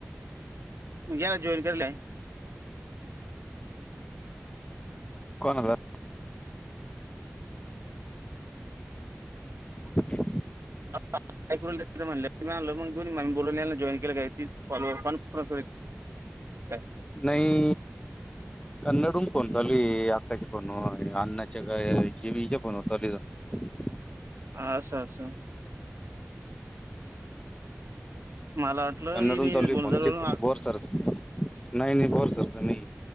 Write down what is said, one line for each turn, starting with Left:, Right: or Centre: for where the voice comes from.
Right: या जॉईन करले
Left: कोनाचा <inaudible>
Right: <unintelligible> काय
Left: नाही कन्नड हुन फोन चालूये अक्काच्या फोन वर आण्णाच्या काय जीवीच्या फोनवर चालूय ह <inaudible>
Right: हा असं असं मला वाटलं
Left: कन्नडून
Right: येईन
Left: चालू
Right: बोलणं
Left: फोन
Right: झालं
Left: <unintelligible> नाही
Right: म्हणून आ-
Left: नाही बोरसरचा नाही